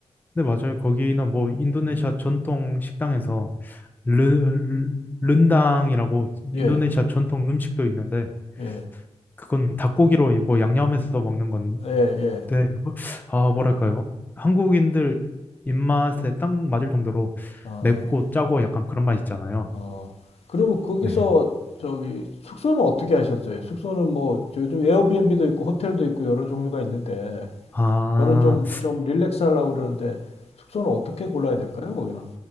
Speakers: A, on the left (about 15°); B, on the left (about 65°).
A: 네, 맞아요. 거기는 뭐 인도네시아
B: 음.
A: 전통 식당에서 르, 른당이라고 인도네시아
B: 예.
A: 전통 음식도 있는데
B: 예.
A: 그건 닭고기로 뭐 양념해서 먹는
B: 예. 예.
A: 네, 뭐- 아, 뭐랄까요? 한국인들 입맛에 딱 맞을 정도로
B: 어.
A: 맵고 짜고 약간 그런 맛 있잖아요.
B: 어, 그러면 거기서
A: 네.
B: 저기 숙소는 어떻게 하셨어요? 숙소는 뭐 요즘 에어비앤비도 있고 호텔도 있고 여러 종류가 있는데
A: 아,
B: 저는 좀, 좀 릴렉스 하려고 그러는데 숙소는 어떻게 골라야 될까요, 거기는?